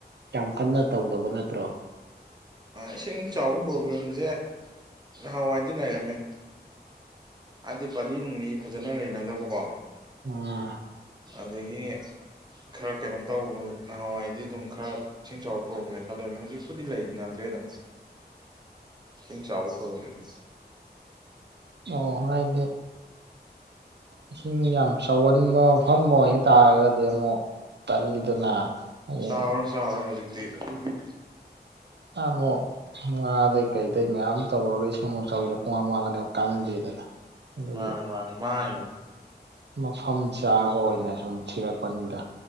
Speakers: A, on the right; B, on the right.
A: ꯌꯥꯝ ꯀꯟꯅ ꯇꯧꯗꯕ ꯅꯠꯇ꯭ꯔꯣ
B: ꯏꯁꯤꯡ ꯆꯥꯎꯕꯒꯤ ꯄ꯭ꯔꯣꯕ꯭ꯂꯦꯝꯁꯦ ꯅꯍꯥꯟꯋꯥꯏꯗꯤ ꯂꯩꯔꯝꯃꯦ ꯑꯗꯤ ꯄꯥꯂꯤ ꯅꯨꯡꯂꯤ ꯐꯖꯅ ꯂꯩꯅꯗꯕꯀꯣ
A: ꯑꯥ
B: ꯑꯗꯒꯤ ꯈꯔ ꯀꯩꯅꯣ ꯇꯧꯕ ꯅꯍꯥꯟꯋꯥꯏꯗꯤ ꯑꯗꯨꯝ ꯈꯔ ꯏꯁꯤꯡ ꯆꯥꯎꯕ ꯐꯕꯅꯦ ꯂꯩꯔꯝꯃꯦ ꯍꯧꯖꯤꯛꯄꯨꯗꯤ ꯂꯩ ꯅꯗ꯭ꯔꯦꯗ ꯏꯁꯤꯡ ꯆꯥꯎꯕꯒꯤ ꯄꯔꯣꯕꯦꯝꯗꯤ
A: ꯑꯣ ꯍꯥꯏꯗꯤ ꯏꯁꯤꯡ ꯌꯥꯝ ꯆꯥꯎꯒꯟꯕ ꯃꯐꯝ ꯑꯣꯏꯇꯥꯔꯒꯗꯤ ꯑꯃꯨꯛ ꯇꯜꯂꯤꯗꯅ ꯍꯌꯦꯡ
B: ꯆꯥꯎꯔꯣꯢ ꯆꯥꯎꯔꯣꯢ ꯍꯧꯖꯤꯛꯇꯤ ꯑꯗꯨꯒꯤꯗꯤ
A: ꯑꯃꯣ꯫ <inaudible> ꯉꯥ ꯗꯩ ꯀꯩꯗꯩ ꯃꯌꯥꯝ ꯇꯧꯔꯒ ꯏꯁꯤꯡꯑꯃꯨꯛ ꯆꯥꯎꯖꯤꯜꯂꯛ ꯄꯨꯃꯥꯡ ꯃꯥꯡꯉꯥꯗꯤ ꯑꯃꯨꯛ ꯀꯥꯟꯅꯗꯦꯗꯅ꯫ ꯑꯗꯨꯒꯤ
B: ꯃꯥꯅꯦ ꯃꯥꯅꯦ ꯃꯥꯡꯉꯤꯝꯅꯦ
A: ꯃꯐꯝ ꯆꯥꯕ ꯑꯣꯏꯅ ꯁꯨꯝ ꯊꯤꯔꯛꯄꯅꯤꯗ꯫